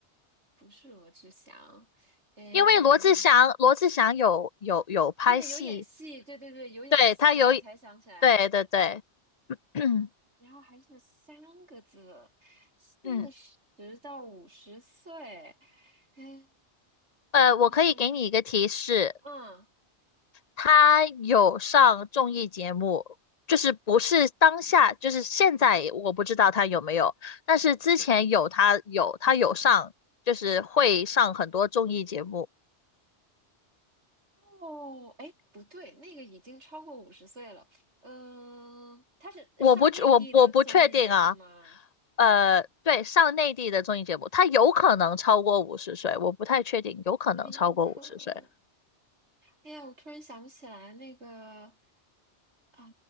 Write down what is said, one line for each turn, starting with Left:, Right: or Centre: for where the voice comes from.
Right: 不是罗志祥。嗯，
Left: 因为罗志祥，罗志祥有有有拍戏，
Right: 对，有演戏，对对对，有演戏，
Left: 对，他有，
Right: 我才想起来。
Left: 对对对，<clears throat>
Right: 然后还是三个字，四十到五十岁。
Left: 嗯，
Right: 哎，
Left: 呃，我可以给你一个提示，
Right: 我想一想，嗯。
Left: 他有上综艺节目，就是不是当下，就是现在我不知道他有没有，但是之前有他有他有上，就是会上很多综艺节目，
Right: 哦，哎，不对，那个已经超过五十岁了。嗯、他是上内地的综艺节目吗？
Left: 我不我我不确定啊，呃，对，上内地的综艺节目，他有可能超过五十岁，我不太确定，有可能超过五十岁。
Right: 还有可能。哎呀，我突然想不起来那个啊，